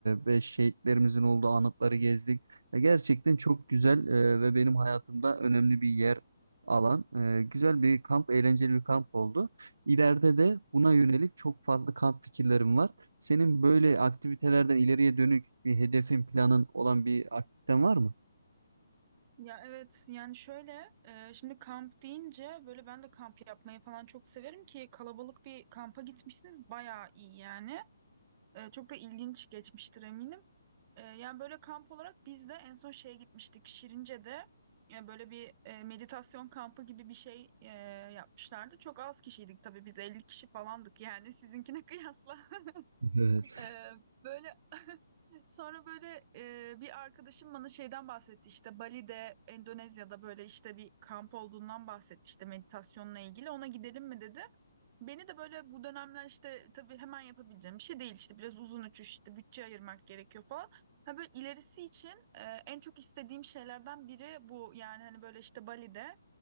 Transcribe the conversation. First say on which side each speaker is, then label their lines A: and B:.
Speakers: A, on the right (about 75°); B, on the right (about 30°).
A: ve şehitlerimizin olduğu anıtları gezdik. E, gerçekten çok güzel e, ve benim hayatımda önemli bir yer alan e, güzel bir kamp, eğlenceli bir kamp oldu. İleride de buna yönelik çok farklı kamp fikirlerim var. Senin böyle aktivitelerden ileriye dönük bir hedefin, planın olan bir aktiviten var mı?
B: Ya evet yani şöyle e, şimdi kamp deyince böyle ben de kamp yapmayı falan çok severim ki kalabalık bir kampa gitmişsiniz bayağı iyi yani. E, çok da ilginç geçmiştir eminim. E, yani böyle kamp olarak biz de en son şeye gitmiştik Şirince'de e, böyle bir e, meditasyon kampı gibi bir şey e, yapmışlardı. Çok az kişiydik tabii biz 50 kişi falandık yani sizinkine <laughs> kıyasla.
A: Evet.
B: Ee, böyle <laughs> sonra böyle e, bir arkadaşım bana şeyden bahsetti işte Bali'de Endonezya'da böyle işte bir kamp olduğundan bahsetti işte meditasyonla ilgili ona gidelim mi dedi. Beni de böyle bu dönemler işte tabii hemen yapabileceğim bir şey değil işte biraz uzun uçuş işte bütçe ayırmak gerekiyor falan. Ha böyle ilerisi için e, en çok istediğim şeylerden biri bu yani hani böyle işte Bali'de